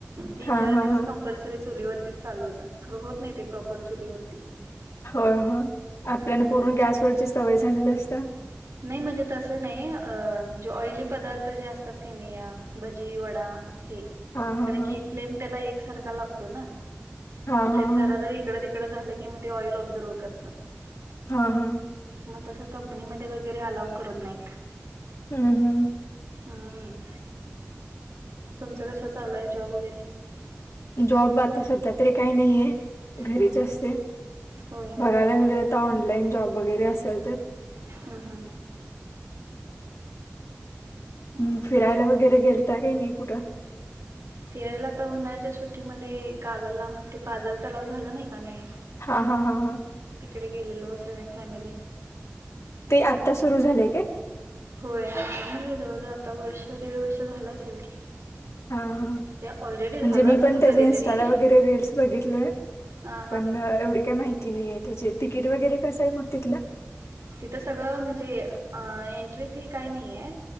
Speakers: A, on the right (about 80°); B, on the left (about 80°).
A: तीन
B: हा
A: चार
B: हा
A: दिवस
B: हा
A: कम्पल्सरी चूलीवर चालू होत खरं होत नाही ते प्रॉपर चुलीवरती
B: होय हो आपल्यान
A: हम्म
B: पूर्ण गॅसवरची सवय झालेली असत्या
A: नाही म्हणजे तसं नाही अ म्हणजे ऑइली पदार्थ जे असतात का नाही भजी वडा हे
B: हा हा
A: कारण
B: हा
A: की फ्लेम त्याला एक सारखा लागतो ना
B: हा
A: फ्लेम
B: हा हा
A: जरा जरी इकड इ झालं की मग ते ऑइल ऑब्झर्व करत
B: हा हा
A: मग तस कंपनीमध्ये वगैरे अलाव करत नाहीत
B: हम्म हम्म
A: हम तुमचं कस चालू आहे जॉब वगैरे
B: जॉब आता सध्या तरी काही नाहीये घरीच
A: हम्म
B: असते
A: हम्म होय
B: बघायला लागेल आता ऑनलाईन जॉब वगैरे असेल तर
A: हम्म हम्म
B: हम्म
A: आमचं
B: फिरायला
A: पण
B: वगैरे गेलता काही नाही कुठं
A: फिरायलाता उन्हाळ्याच्या सुट्टीमध्ये कागलला ते पाजर तलाव झालं ना का नाही
B: हा हा हा हा
A: तिकडे गेलेलो सगळ फॅमिली
B: ते आत्ता सुरू झालेय का
A: होय आता म्हणजे जवळ जवळ आता वर्ष दीड वर्ष झालं असेल की
B: हा हा म्हणजे
A: ऑलरेडी झाला
B: मी
A: असेल
B: पण त्याच्या
A: कधीतरी.
B: इन्स्टाला वगैरे रीलस बघितलोय
A: हा
B: पण
A: हा
B: एवढी काय माहिती नाही आहे त्याची तिकीट वगैरे कसं आहे मग तिथलं
A: तिथं सगळं म्हणजे एंट्री फी काही नाहीय